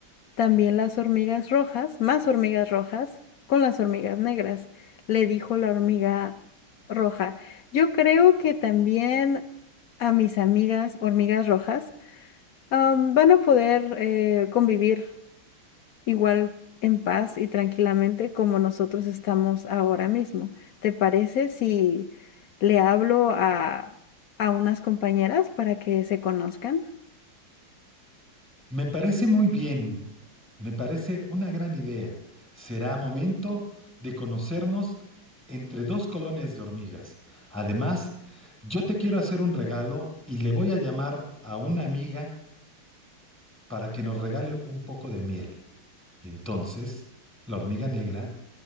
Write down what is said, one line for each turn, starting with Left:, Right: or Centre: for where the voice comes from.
Left: también las hormigas rojas, más hormigas rojas, con las hormigas negras, le dijo la hormiga roja. Yo creo que también a mis amigas hormigas rojas am, van a poder eh, convivir igual en paz y tranquilamente como nosotros estamos ahora mismo. ¿Te parece si le hablo a, a unas compañeras para que se conozcan?
Centre: Me parece muy bien, me parece una gran idea. Será momento de conocernos entre dos colonias de hormigas. Además, yo te quiero hacer un regalo y le voy a llamar a una amiga para que nos regale un poco de miel. Y entonces, la hormiga negra